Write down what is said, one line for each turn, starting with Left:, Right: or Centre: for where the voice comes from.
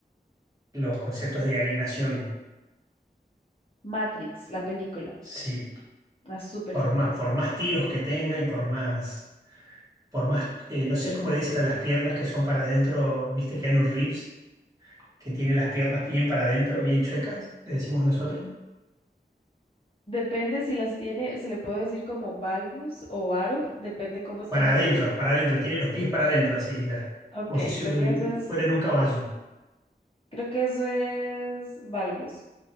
Right: los conceptos de alienación.
Left: Matrix, la película.
Right: Sí,
Left: Ah, súper
Right: por
Left: interesante.
Right: más, por más tiros que tenga y por más por más, eh, no sé cómo le dicen a las piernas que son para adentro, viste Keanu Reeves, que tiene las piernas bien para adentro, bien chuecas, le decimos nosotros.
Left: Depende si las tiene, se le puede decir como valgus o varo, depende cómo están
Right: Para
Left: las
Right: adentro,
Left: rodillas.
Right: para adentro, tiene los pies para adentro, así, la-
Left: Ok,
Right: como si se-
Left: creo que eso es,
Right: fueran un caballo.
Left: creo que eso es valgus.